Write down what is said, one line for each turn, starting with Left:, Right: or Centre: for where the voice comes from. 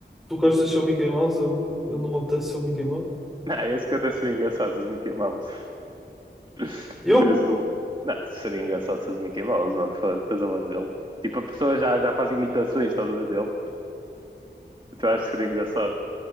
Centre: Tu gostas de ser o Mickey Mouse, eu, eu não me apetece ser o Mickey Mouse.
Right: Ah, esse que até seria engraçado, se és o Mickey Mouse. <laughs>
Centre: Eu,
Right: Serias do... Não, seria engraçado se és o Mickey Mouse, mano, fuck, tens a voz dele. Tipo, a pessoa já, já faz imitações, estás a ver, dele. Então acho que seria engraçado.